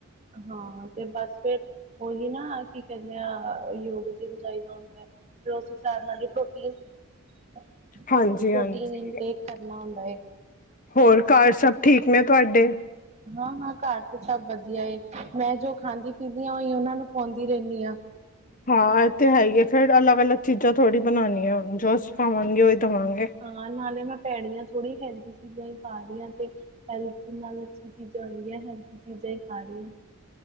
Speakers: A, on the right; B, on the left.
A: ਹਾਂ ਤੇ ਬਸ ਫੇਰ ਓਹੀ ਨਾ ਕੀ ਕਹਿੰਦੇ ਆ ਯੋਗ ਜਿੰਮ ਜਾਈਦਾ ਹੁੰਦਾ ਐ। ਤੇ ਓਸ ਹਿਸਾਬ ਨਾਲ ਈ ਪ੍ਰੋਟੀਨ ਪ੍ਰੋਟੀਨ
B: ਹਾਂਜੀ ਹਾਂਜੀ
A: ਇਨਟੇਕ ਕਰਨਾ ਹੁੰਦਾ ਏ।
B: ਹੋਰ ਘਰ ਸਭ ਠੀਕ ਨੇ ਤੁਹਾਡੇ?
A: ਹਾਂ ਹਾਂ ਘਰ ਤੇ ਸਭ ਵਧੀਆ ਏ, ਮੈਂ ਜੋ ਖਾਂਦੀ ਪੀਂਦੀ ਆ ਓਈ ਓਨਾਂ ਨੂੰ ਖ਼ਵਾਉਂਦੀ ਰਹਿੰਦੀ ਆਂ।
B: ਹਾਂ ਇਹ ਤੇ ਹੈ ਈ ਏ ਫੇਰ ਅਲੱਗ-ਅਲੱਗ ਚੀਜ਼ਾਂ ਥੋੜ੍ਹੀ ਬਨਾਨੀ ਏ ਹੁਨ ਜੋ ਅਸੀਂ ਖਾਵਾਂਗੇ ਓਈ ਦਵਾਂਗੇ।
A: ਹਾਂ ਨਾਲੇ ਮੈਂ ਭੈੜੀਆਂ ਥੋੜ੍ਹੀ ਹੈਲਦੀ ਚੀਜ਼ਾਂ ਈ ਖਾ ਰੀ ਆਂ ਤੇ ਹੈਲਥ ਨਾਲ ਅੱਛੀ ਚੀਜ਼ਾਂ ਹੋਗੀਆਂ ਹੈਲਥ ਚੀਜ਼ਾਂ ਈ ਖਾ ਰੀ ਆਂ।